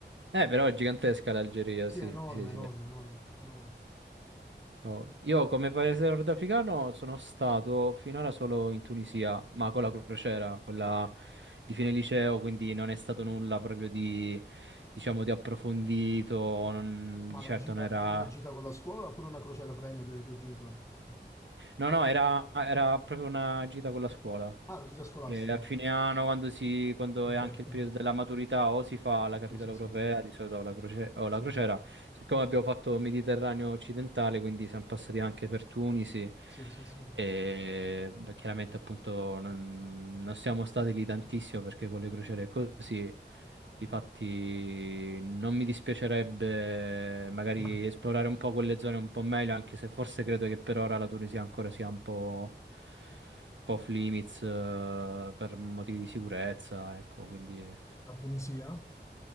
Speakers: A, on the right (about 80°); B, on the left (about 15°).
A: Eh, però è gigantesca l'Algeria,
B: Sì,
A: sì,
B: è enorme,
A: sì, sì.
B: enorme, enorme, enorme.
A: Oh, Io come paese nordafricano sono stato finora solo in Tunisia, ma con la crociera, quella di fine liceo, quindi non è stato nulla proprio di, diciamo, di approfondito, non-
B: Ma
A: di
B: la
A: certo
B: gita,
A: non era...
B: una gita con la scuola oppure una crociera premio dei tuoi genitori? <laughs>
A: No, no, era, era proprio una gita con la scuola.
B: Ah, la gita scolastica.
A: E a fine anno, quando, si, quando
B: Ok,
A: è anche
B: ok.
A: il periodo della maturità, o si fa la
B: Sì,
A: capitale
B: sì,
A: europea,
B: sì.
A: di solito o la, croce- o
B: Sì,
A: la crociera. Siccome abbiamo fatto Mediterraneo occidentale, quindi siamo passati anche per Tunisi.
B: sì, sì, sì.
A: E beh, chiaramente, appunto, non, non siamo stati lì tantissimo perché con le crociere è così. Difatti, non mi dispiacerebbe magari
B: Mm.
A: esplorare un po' quelle zone un po' meglio, anche se forse credo che per ora la Tunisia ancora sia un po', un po' off limits, eh, per motivi di sicurezza, ecco, quindi...
B: La Tunisia?